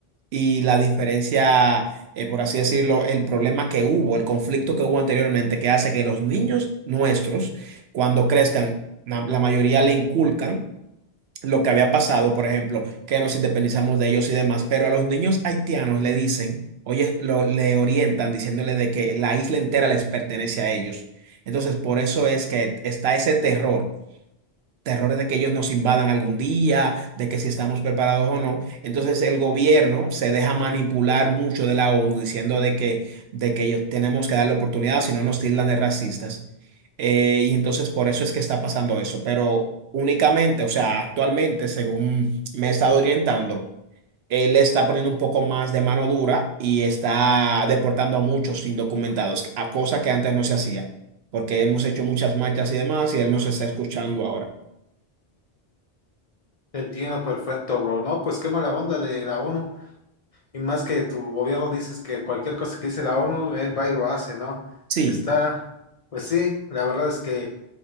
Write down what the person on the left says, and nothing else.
Entiendo perfecto, bro. No, pues qué mala onda de la ONU. Y más que tu gobierno dices que cualquier cosa que dice la ONU, él va y lo hace, ¿no?
Está, pues sí, la verdad es que,